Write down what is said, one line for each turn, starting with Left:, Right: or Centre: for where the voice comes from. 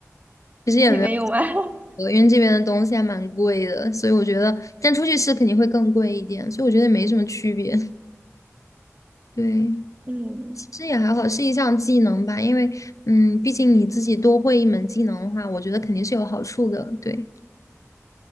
Left: 实也没
Right: 也没有吗？<laughs>
Left: 有，因为这边的东西还蛮贵的，所以我觉得，但出去吃肯定会更贵一点，所以我觉得也没什么区别。<laughs> 对，
Right: 嗯
Left: 其实也还好，是一项技能吧，因为嗯，毕竟你自己多会一门技能的话，我觉得肯定是有好处的。对。